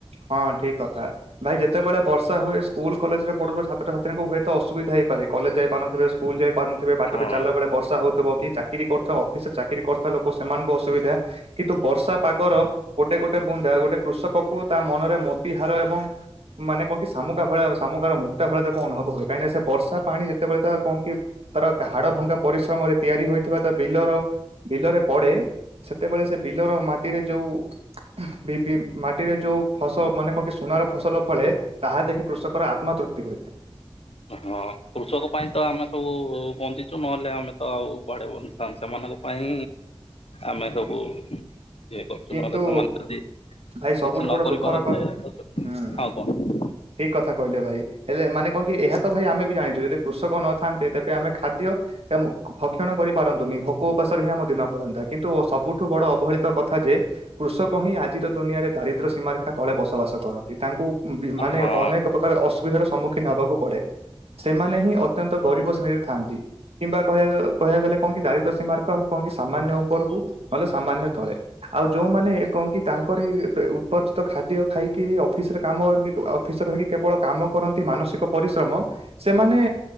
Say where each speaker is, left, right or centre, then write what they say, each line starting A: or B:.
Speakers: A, on the right; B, on the left.
A: ହଁ ଠିକ କଥା। ଭାଇ ଯେତେବେଳେ ବର୍ଷା ହୁଏ ସ୍କୁଲ କଲେଜରେ ପଢୁଥିବା ଛାତଛାତ୍ରୀଙ୍କୁ ହୁଏତ ଅସୁବିଧା ହେଇପାରେ। କଲେଜ ଯାଇପାରୁନଥିବ ସ୍କୁଲ ଯାଇ ପାରୁନଥିବେ ବାଟରେ
B: ହଁ।
A: ଚାଲଲା ବେଳେ ବର୍ଷା ହଉଥିବ। କି ଚାକିରି କରୁଥିବା ଅଫିସରେ ଚାକିରି କରୁଥିବା ଲୋକ ସେମାନଙ୍କୁ ଅସୁବିଧା। କିନ୍ତୁ ବର୍ଷା ପାଗର ଗୋଟେ ଗୋଟେ ବୁନ୍ଦା ଗୋଟେ କୃଷକ କୁ ତା ମନରେ ମୋତିହାର ଏବଂ ମାନେ କଣ କି ଶାମୁକା ଭଳିଆ ଶାମୁକାର ମୁକ୍ତା ଭଳିଆ ତାକୁ ଅନୁଭବ ହୁଏ। କାହିଁକି ସେ ବର୍ଷା ପାଣି ଯେତେବେଳେ ତ କଣ କି? ତାର ହାଡ ଭଙ୍ଗା ପରିଶ୍ରମରେ ତିଆରି ହୋଇଥିବା ତା ବିଲର ବିଲରେ ପଡେ ସେତେବେଳେ ସେ ବିଲର ମାଟିରେ ଯୋଉ ବିଭି ମାଟିରେ ଯୋଉ ଫସ ମାନେ କଣ କି ସୁନାର ଫସଲ ଫଳେ, ତାହା ଦେଖି କୃଷକର ଆତ୍ମା ତୃପ୍ତି ହୋଇଥାଏ।
B: ହଁ କୃଷକ ପାଇଁ ତ ଆମେ ସବୁ ବଞ୍ଚିଛୁ, ନହେଲେ ଆମେ ତ ଆଉ କୁଆଡେ ବନ ପାଞ୍ଚ ମାନଙ୍କ ପାଇଁ ଆମେ ସବୁ ଇଏ କରୁଛୁ।
A: କିନ୍ତୁ
B: ନହେଲେ ସେମାନେ ଯଦି କିଛି
A: ଭାଇ ସବୁଠୁ
B: ନ
A: ବଡ଼
B: କରି
A: ଦୁଃଖର
B: ପାରନ୍ତେ
A: କ ହୁଁ
B: ଆଉ କଣ?
A: ଠିକ କଥା କହିଲେ ଭାଇ। ହେଲେ ମାନେ କଣ କି ଏହା ତ ଭାଇ ଆମେ ବି ଜାଣିଛୁ, ଯଦି କୃଷକ ନଥାଆନ୍ତେ ତେବେ ଆମେ ଖାଦ୍ୟ ଏବଂ ଭକ୍ଷଣ କରିପାରନ୍ତୁନି ଭୋକ ଉପାସରେ ହିଁ ଆମ ଦିନ ପଳାନ୍ତା। କିନ୍ତୁ ସବୁଠୁ ବଡ ଅବହେଳିତ କଥା ଯେ, କୃଷକ ହିଁ ଆଜିର ଦୁନିଆରେ ଦାରିଦ୍ର୍ୟ ସୀମାରେଖା ତଳେ ବସବାସ କରନ୍ତି। ତାଙ୍କୁ ବି ମାନେ
B: ହଁ
A: ଅନେକ ପ୍ରକାର ଅସୁବିଧାର ସମ୍ମୁଖୀନ ହବାକୁ ପଡେ। ସେମାନେ ହିଁ ଅତ୍ୟନ୍ତ ଗରିବ ଶ୍ରେଣୀରେ ଥାଆନ୍ତି। କିମ୍ବା କହିବା କହିବା ଗଲେ କଣ କି, ଦାରିଦ୍ର ସୀମାରକ କଣ କି ସାମାନ୍ୟ ଉପରକୁ ନହେଲେ ସାମାନ୍ୟ ତଳେ। ଆଉ ଯଉମାନେ କଣ କି, ତାଙ୍କରି ଉ ଉତ୍ପର୍ଜିତ ଖାଦ୍ୟ ଖାଇକି ଅଫିସରେ କାମ ଅଫିସର ହେଇକି କେବଳ କାମ କରନ୍ତି ମାନସିକ ପରିଶ୍ରମ ସେମାନେ